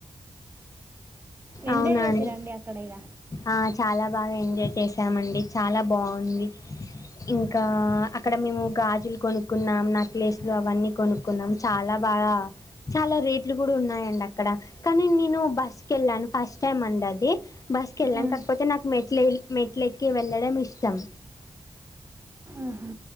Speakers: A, on the right (about 20°); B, on the left (about 35°).
A: ఎంజాయ్
B: అవునా
A: చేసి
B: అండి
A: రండి అక్కడ ఇక
B: ఆ చాలా బాగా ఎంజాయ్ చేసామండి చాలా బాగుంది చాలా బాగా ఎంజోయ్ చేశామండి చాలా బావుంది ఇంకా అక్కడ మేము గాజులు కొనుక్కున్నాం నక్లెస్లు అవన్నీ కొనుక్కున్నాం చాలా బాగా చాలా రేట్లు కూడా ఉన్నాయండి అక్కడ కానీ నేను బస్ వెళ్ళాను ఫస్ట్ టైమ్ అంది బస్ కి వెళ్ళాను
A: మ్మ్.
B: కాకపోతే నాకు మెట్ల మెట్లకి వెళ్ళడం ఇష్టం
A: ఆహా.